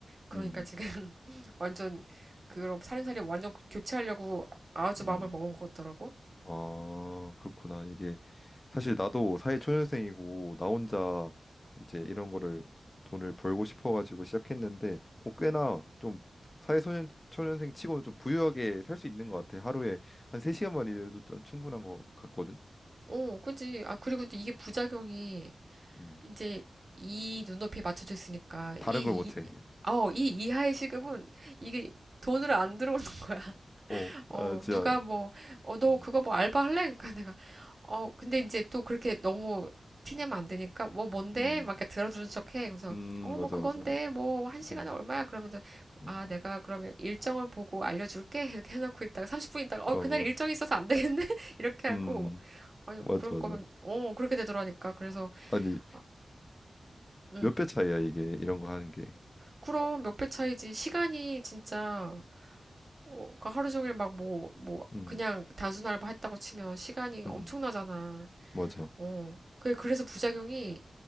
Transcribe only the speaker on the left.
음,
음.
아, 그렇구나. 이게 사실 나도 사회초년생이고 나 혼자 이제 이런 거를 돈을 벌고 싶어가지고 시작했는데 어, 꽤나 좀 사회초년생 치고는 좀 부유하게 살 수 있는 것 같아. 하루에 한 3시간만 일해도 난 충분한 것 같거든.
음,
다른
걸 못해.
어,
아, 진짜.
음,
음.
음,
맞아,
맞아.
음,
음,
어,
음,
맞아,
맞아.
아니,
몇 배 차이야, 이게, 이런 거 하는 게.
음,
음,
음. 맞아.